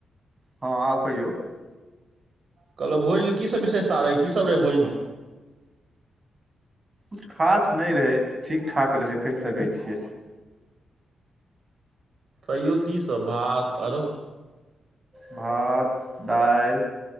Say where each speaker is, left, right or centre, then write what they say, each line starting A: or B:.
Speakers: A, on the right; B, on the right.
A: हँ आब कहियौ
B: कहलहु भोज के की सब विशेषता रहै की सब रहै भोजमे
A: किछु खास नहि रहै ठीक ठाक रहै कहि सकै छियै
B: तैयो कीसभ भात आरो
A: भात दालि